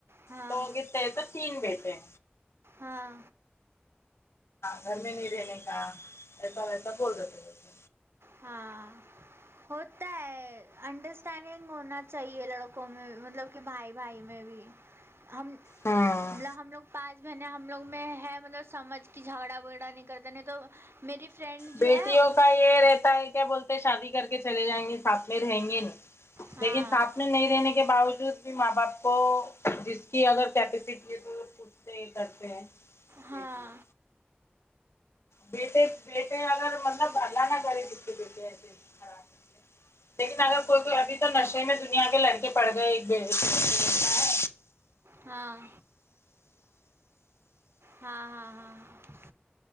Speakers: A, on the right (about 70°); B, on the left (about 75°).
A: ہاں
B: تو کتے ہے تو تین بیٹے ہے
A: ہاں
B: گھر میں نہی رہنے کا ایسا ویسا بولر ہے تھے مے کو
A: ہاں ہوتا ہے انڈرسٹینڈنگ ہونا چاہیے لڑکوں میں مطلب کہ بھائی بھائی میں بھی ہم
B: ہاں
A: ہم لوگ پانچ بہنیں ہم لوگ میں ہے مطلب سمجھ کی جھاگڑا وگڑا نہیں کرتے نہیں تو میری فرینڈ
B: بیٹیوں
A: جو ہے اس
B: کا یہ رہتا ہے کیا بولتے شادی کر کے چلے جائیں گے ساتھ میں رہیں گے نہیں
A: ہاں
B: لیکن ساس نہیں رہنے کے باوجود بھی ماں باپ کو جس کی اگر کیپیسٹی ہے تو صاہی کرتے ہیں
A: ہاں
B: بیٹیاں بیٹے بیٹے اگر مطلب اللہ نہ کرے جس کے بیٹے ایسے خراب نکلے لیکن اگر کوئی کوئی ابھی تو نشے میں دنیا کے لڑکے پڑ گئے ایک ہے
A: ہاں ہاں ہاں ہاں ہاں